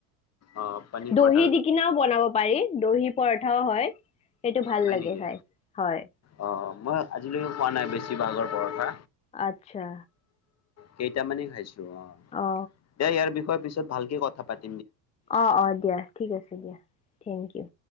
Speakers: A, on the left; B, on the left.
A: অ পনীৰ
B: দহি
A: পৰঠা
B: দি কিনাও বনাব পাৰি দহি পৰঠা। অ' হয় সেইটো ভাল
A: হয়
B: লাগে
A: নেকি
B: খাই হয়
A: অ মই আজিলৈ খোৱা‌ নাই বেছিভাগৰ পৰঠা।
B: আচ্ছা
A: কেইটা মানে হৈছে। খাইছোঁ
B: অ
A: অ ' খোৱাৰ পিছত ভালকে কথা পাতি।
B: অ অ দিয়া ঠিক আছে দিয়া থেংক ইউ।